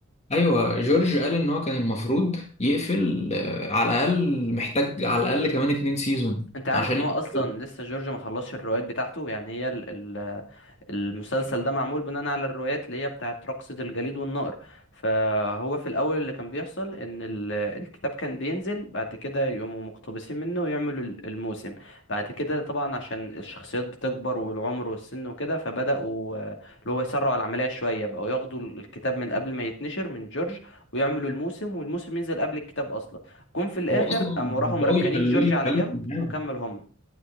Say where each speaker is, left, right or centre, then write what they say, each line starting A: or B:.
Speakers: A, on the left; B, on the left.
A: ايوه جورج قال ان هو كان المفروض يقفل آه، على الاقل محتاج على الاقل كمان اتنين سيزون
B: انت عارف
A: عشان
B: ان هو
A: يقفل
B: اصلا لسه جورج ما خلصش الروايات بتاعته يعني هي ال ال المسلسل ده معمول بناء على الروايات اللي هي بتاعت رقصة الجليد والنار فهو في الاول اللي كان بيحصل ان ال- الكتاب كان بينزل بعد كده يقوموا مقتبسين منه ويعملوا ال- الموسم بعد كده طبعا عشان الشخصيات بتكبر والعمر والسن وكده فبدأوا آه، اللي هو يسرعوا العملية شوية بقوا ياخدوا الكتاب من قبل ما يتنشر من جورج ويعملوا الموسم والموسم ينزل قبل الكتاب اصلا جم في الاخر
A: هو اصلا
B: قاموا
A: بقوا
B: راحوا مركنين
A: يخلوه
B: جورج
A: يتكلم
B: على جنب
A: معاه
B: وكمل هم